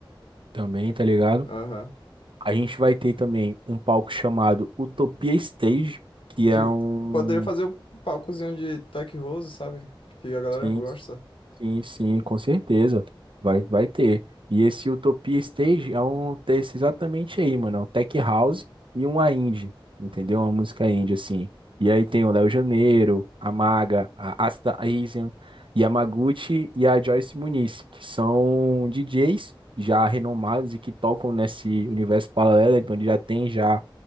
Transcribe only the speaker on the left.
Aham.
Que
poderia fazer o palcozinho de Tech Rose, sabe? Que a galera
gosta.